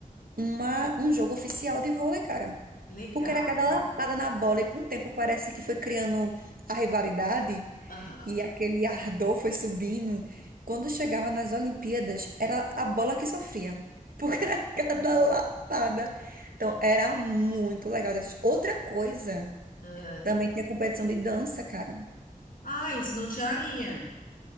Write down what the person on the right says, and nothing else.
uma, um jogo oficial de vôlei, cara.
Porque era cada lapada na bola e com o tempo parece que foi criando a rivalidade
e aquele ardor foi subindo. Quando chegava nas Olimpíadas, era a bola que sofria, porque <laughs> era
cada lapada. Então, era muito legal. Outra coisa,
também tinha competição de dança, cara.